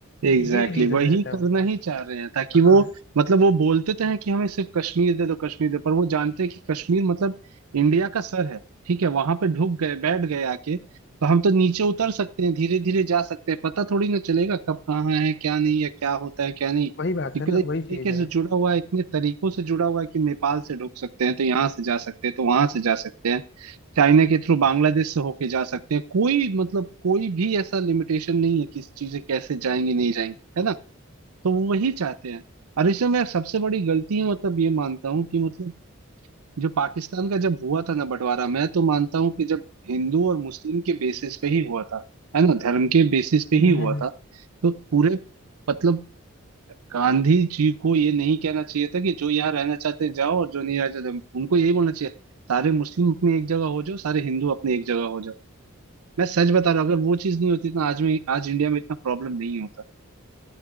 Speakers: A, on the left; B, on the right.
A: तो
B: एग्जैक्टली
A: ये रीजन
B: वही
A: रहता है
B: करना
A: उनका
B: ही चाह रहे हैं ताकि वो
A: हाँ
B: मतलब वो बोलते तो हैं कि हमें सिर्फ कश्मीर दे दो कश्मीर दे पर वो जानते हैं कि कश्मीर मतलब इंडिया का सर है ठीक है वहां पे ढुक गए बैठ गए आके तो हम तो नीचे उतर सकते हैं धीरे धीरे जा सकते हैं पता थोड़ी ना चलेगा कब कहाँ है क्या नहीं या क्या होता है क्या नहीं
A: वही बात
B: क्योंकि
A: है ना
B: वो इस
A: वही
B: तरीके
A: चीज है
B: से जुड़ा हुआ है इतने तरीकों से जुड़ा हुआ है कि नेपाल से ढुक सकते हैं तो यहाँ से जा सकते हैं तो वहां से जा सकते हैं चाइना के थ्रू बांग्लादेश से होके जा सकते हैं कोई मतलब कोई भी ऐसा लिमिटेशन नहीं है कि चीजें कैसे जाएंगी नहीं जाएंगी है ना तो वो वही चाहते हैं और इसमें मैं सबसे बड़ी गलती है मतलब ये मानता हूँ कि मतलब जो पाकिस्तान का जब हुआ था ना बंटवारा मैं तो मानता हूँ कि जब हिंदू और मुस्लिम के बेसिस पे ही हुआ था है ना धर्म के बेसिस पे
A: हम्म,
B: ही हुआ
A: हम्म,
B: था तो पूरे मतलब गांधी जी को ये नहीं कहना चाहिए था कि जो यहाँ रहना चाहते हैं जाओ और जो नहीं रहना चाहते उनको यही बोलना चाहिए सारे मुस्लिम अपनी एक जगह हो जाओ सारे हिंदू अपनी एक जगह हो जाओ मैं सच बता रहा हूँ अगर वो चीज नहीं होती तो आज में आज इंडिया में इतना प्रॉब्लम नहीं होता